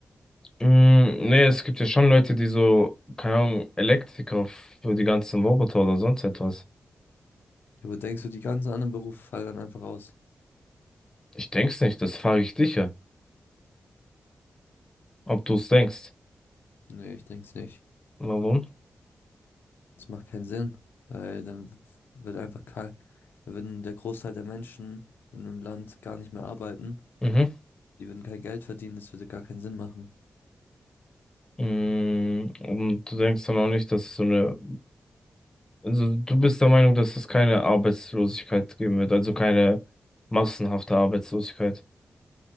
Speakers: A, on the left (about 20°); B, on the left (about 85°).
A: Mm, nee, es gibt ja schon Leute, die so, keine Ahnung, Elektriker für die ganzen Roboter oder sonst etwas.
B: Ja, aber denkst du, die ganzen anderen Berufe fallen dann einfach aus?
A: Ich denk's nicht, das frage ich dich ja, ob du's denkst.
B: Nee, ich denk's nicht.
A: Warum?
B: Das macht keinen Sinn, weil dann w- wird einfach kein, da würden der Großteil der Menschen in einem Land gar nicht mehr arbeiten.
A: Mhm.
B: Die würden kein Geld verdienen, das würde gar keinen Sinn machen.
A: Mm, und du denkst dann auch nicht, dass es so eine, also du bist der Meinung, dass es keine Arbeitslosigkeit geben wird, also keine massenhafte Arbeitslosigkeit.